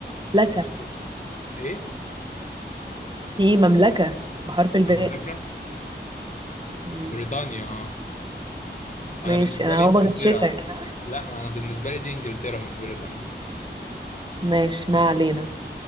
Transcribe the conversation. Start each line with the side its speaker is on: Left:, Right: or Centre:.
Right: لك
Left: مش- إيه؟
Right: في مملكة بحرف الباء
Left: المملكة
Right: مم.
Left: بريطانيا اه أنا
Right: ماشي
Left: بالنسبة
Right: انا
Left: لي
Right: هو
Left: إنجلترا
Right: بغششك ها
Left: لأ ما أنا بالنسبة لي دي إنجلترا مش بريطانيا
Right: ماشي ما علينا